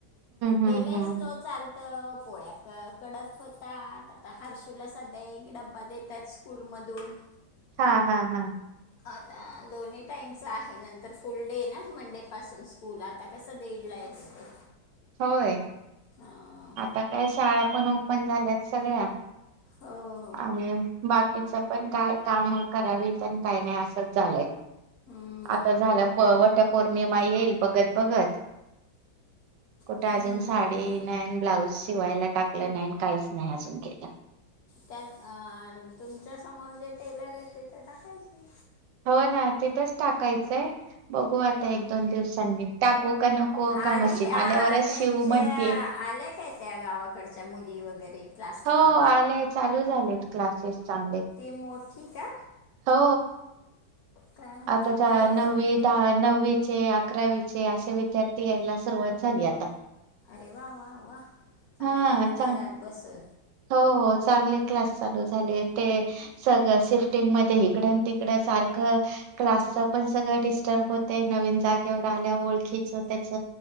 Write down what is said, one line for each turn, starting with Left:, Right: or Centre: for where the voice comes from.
Right: हम्म
Left: तेला
Right: हम्म
Left: स्लो चालत पोळ्या कडक होत. आता हर्षुला संध्याकाळी एक डबा देतात, स्कूल मधून.
Right: हा, हा, हा.
Left: आता दोन्ही टाईमचं आहे नंतर फुल डे आहे ना, मंडेपासून स्कूल आता कसं दीडला येतो.
Right: होय
Left: अं,
Right: आता काय शाळा पण ओपन झाल्यात सगळ्या
Left: हो
Right: आणि. बाकीच पण काय काम करावी पण काय नाही असंच झालंय.
Left: हम्म.
Right: आता झालं प वटपौर्णिमा येईल. बघत-बघत. कुठे
Left: हम्म.
Right: अजून साडी नाही, ब्लाऊज शिवायला टाकलं नाही, काहीच नाही अजून केलं.
Left: त्या अ तुमच्या समोर जे टेलर आहे ते ते टाकायचे.
Right: हो ना तिथंच टाकायचंय. बघू आता एक दोन दिवसांनी टाकू का नको
Left: आली
Right: का मशीन
Left: आ,
Right: आल्यावरच
Left: त्यांच्या
Right: शिवू म्हणतेय,
Left: आल्या काय त्या गावाकडच्या मुली वगैरे क्लासला
Right: हो आलंय चालूच. झालेत क्लासेस. चांगले.
Left: मोठी ती का.
Right: हो.
Left: काय म्हणते
Right: आता चा
Left: कळतंय
Right: नव्वी,
Left: का
Right: दहा, नव्वीचे, अकरावीचे अशे वि- विद्यार्थी यायला सुरुवात झाली आता.
Left: अरे वा, वा, वा चांगलं
Right: हा
Left: आहे ना
Right: चांग
Left: घरात बसून.
Right: हो चांगले क्लास चालू झाले, ते सगळं शिफ्टिंग मध्ये इकडंन- तिकडं सारख क्लासच पण सगळं डिस्टर्ब होतय नवीन जागेवर आल्याव ओळखीच त्यात.